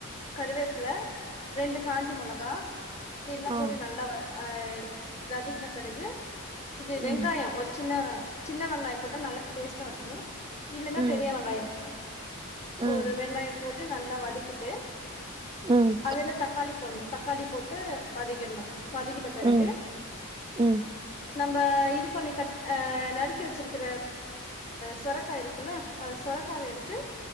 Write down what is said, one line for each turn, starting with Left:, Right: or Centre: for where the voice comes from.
Left: கருவேப்பில ரெண்டு காஞ்ஜ மொளகா இதெல்லாம்
Right: ஆ
Left: போட்டு நல்லா வரும் ஆஹ் வதக்கின பிறகு இது வெங்காயம்
Right: ம்
Left: ஒரு சின்ன சின்ன வெங்காயம் போட்டு நல்லா டேஸ்டா இருக்கும் இல்ன்னா
Right: ம்
Left: பெரிய வெங்காயம்
Right: ம்
Left: ஒரு
Right: ம்
Left: வெங்காயம் போட்டு ட்டு நல்லா வதக்கிட்டு
Right: ம்
Left: அதுல தக்காளி போடுனும் தக்காளி போட் ட்டு வதக்கிட்னும் வதக்கிட்ட பெறகு
Right: ம் ம் ம்
Left: நம்ப இது கொண்ணி கட் நறுக்கி வச்சிருக்க க்கிற சொரக்கா இருக்குல்ல சொரக்காவ எடுத்து